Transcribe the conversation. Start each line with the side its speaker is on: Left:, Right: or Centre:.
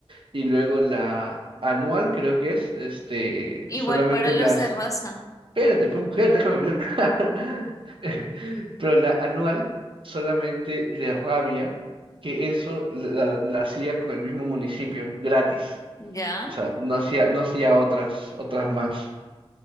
Right: y luego la anual creo que es, este,
Left: Igual
Right: solamente
Left: para los
Right: las
Left: de raza,
Right: Espérate, pues mujer, déjame hablar. <laughs> Pero la anual solamente de rabia que eso la, la hacía con el mismo municipio, gratis.
Left: ¿ya?
Right: O sea, no hacía, no hacía otras, otras más.